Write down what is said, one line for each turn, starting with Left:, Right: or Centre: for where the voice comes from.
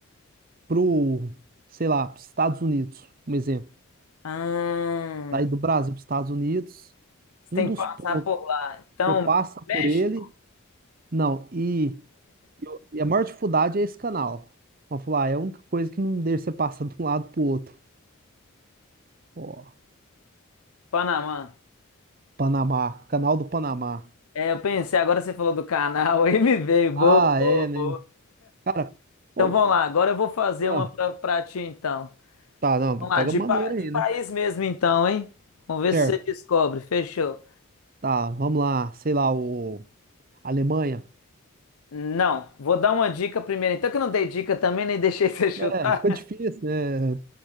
Right: pro, sei lá, pros Estados Unidos, um exemplo,
Left: Ah,
Right: sair do Brasil para Estados Unidos
Left: você
Right: Um
Left: tem
Right: dos
Left: que passar
Right: pontos,
Left: por lá. Então,
Right: você passa
Left: México,
Right: por ele, não, e, e o- e a maior dificuldade é esse canal. Vamos falar, é a única coisa que não deixa você passar de um lado pro outro. Ó,
Left: Panamá.
Right: Panamá, canal do Panamá.
Left: É, eu pensei, agora você falou do canal, <laughs> aí me veio. Boa,
Right: Ah,
Left: boa,
Right: é,
Left: boa.
Right: né? Cara, pô,
Left: Então vamos lá, agora eu vou fazer
Right: ah,
Left: uma pra, pra ti então.
Right: tá, não,
Left: Vamos
Right: pega
Left: lá, de,
Right: maneira
Left: pa-
Right: aí,
Left: de país
Right: né?
Left: mesmo então, hein? Vamos ver
Right: Certo,
Left: se você descobre. Fechou.
Right: tá, vamos lá, sei lá, o Alemanha.
Left: Não, vou dar uma dica primeiro. Então, que eu não dei dica também, nem deixei <laughs> você chutar.
Right: É, fica difícil, né?